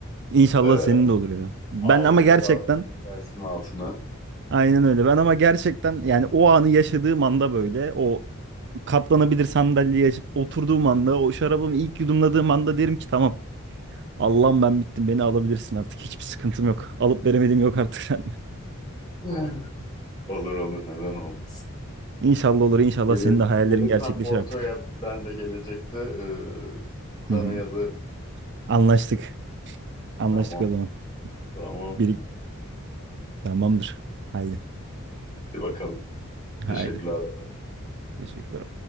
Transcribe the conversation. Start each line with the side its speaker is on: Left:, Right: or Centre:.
Right: İnşallah
Left: E,
Right: senin de olur ya. Ben
Left: Audi'ni
Right: ama gerçekten
Left: de çekersin altına.
Right: aynen öyle. Ben ama gerçekten yani o anı yaşadığım anda böyle o katlanabilir sandalyeyi açıp oturduğum anda o şarabımı ilk yudumladığım anda derim ki tamam. Allah'ım ben bittim beni alabilirsin artık hiçbir sıkıntım yok. Alıp veremediğim yok artık <laughs> sende.
Left: <laughs> Olur olur neden olmasın.
Right: İnşallah olur inşallah
Left: Gelirim,
Right: senin de hayallerin
Left: gelirsen
Right: gerçekleşir
Left: Porto'ya
Right: artık.
Left: ben de gelecekte e, sana
Right: Hı hı.
Left: yazarım.
Right: Anlaştık. Anlaştık
Left: Tamam
Right: o zaman.
Left: tamam.
Right: Bir, tamamdır. Haydi.
Left: Hadi bakalım. Teşekkürler.
Right: Haydi. Teşekkürler.